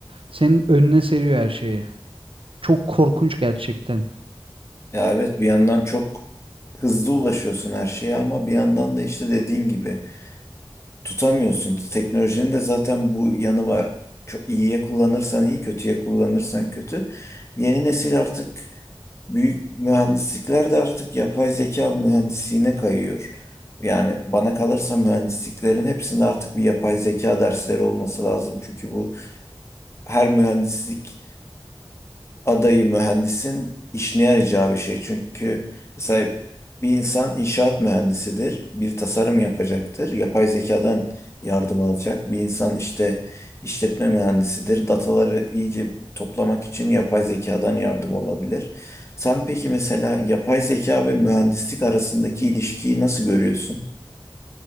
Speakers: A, on the right (about 75°); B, on the left (about 30°).
A: Senin önüne seriyor her şeyi. Çok korkunç gerçekten.
B: Ya evet bir yandan çok hızlı ulaşıyorsun her şeye ama bir yandan da işte dediğin gibi tutamıyorsun. Teknolojinin de zaten bu yanı var. Çok iyiye kullanırsan iyi, kötüye kullanırsan kötü. Yeni nesil artık büyük mühendislikler de artık yapay zeka mühendisliğine kayıyor. Yani bana kalırsa mühendisliklerin hepsinde artık bir yapay zeka dersleri olması lazım. Çünkü bu her mühendislik adayı mühendisin işine yarayacağı bir şey. Çünkü mesela bir insan inşaat mühendisidir, bir tasarım yapacaktır, yapay zekadan yardım alacak. Bir insan işte işletme mühendisidir, dataları iyice toplamak için yapay zekadan yardım olabilir. Sen peki mesela yapay zeka ve mühendislik arasındaki ilişkiyi nasıl görüyorsun?